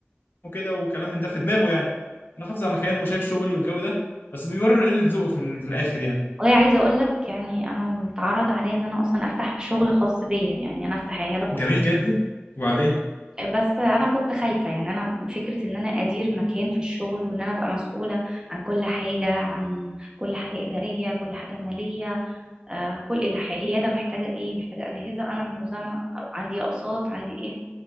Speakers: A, on the left; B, on the right.
A: كده وكلام من ده في دماغه يعني انا حافظ على مكانه وشايف شغلي والجو ده بس بيورر قله ذوقه في, ال- في الاخر يعني
B: والله عايزة اقول لك يعني انا اتعرض عليا ان انا اصلا افتح شغل خاص بيا يعني انا افتح عيادة
A: جميل
B: خاصة
A: جدا وبعدين
B: بس انا كنت خايفه يعني انا فكره ان انا ادير مكان في الشغل وان انا ابقى مسؤوله عن كل حاجه عن كل حاجه اداريه كل حاجه ماليه آه كل الح- العياده محتاجه ايه محتاجه اجهزه انا الملزمه عندي اقساط عندي ايه